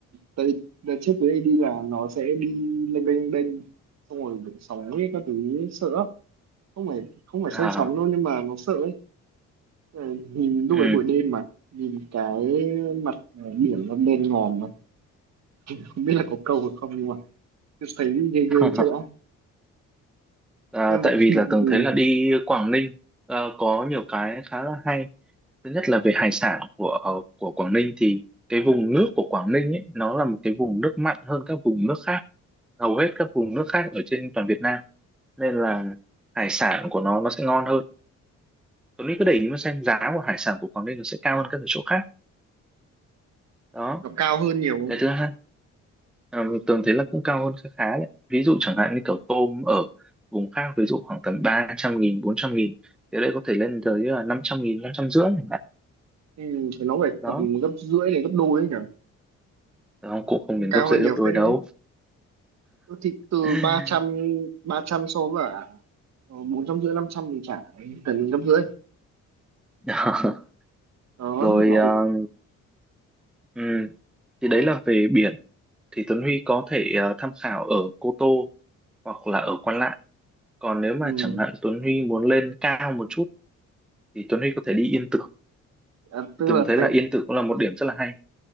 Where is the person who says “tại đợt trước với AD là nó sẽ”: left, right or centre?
Right